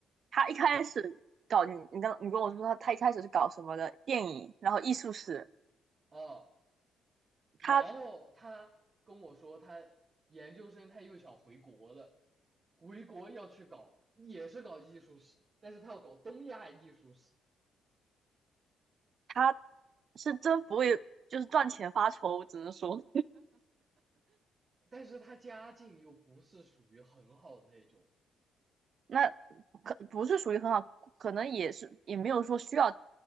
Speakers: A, on the right; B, on the right.
A: 他一开始搞你，你刚你跟我说他他一开始是搞什么的电影，然后艺术史，
B: 啊，然后他跟我说，
A: 他
B: 他研究生他又想回国了，回国要去搞，也是搞艺术史，但是他要搞东亚艺术史，
A: 他是真不会，就是赚钱发愁，我只能说
B: 但是他家境又不是属于很好的那种
A: <laughs> 那可不是属于很好，可能也是也没有说需要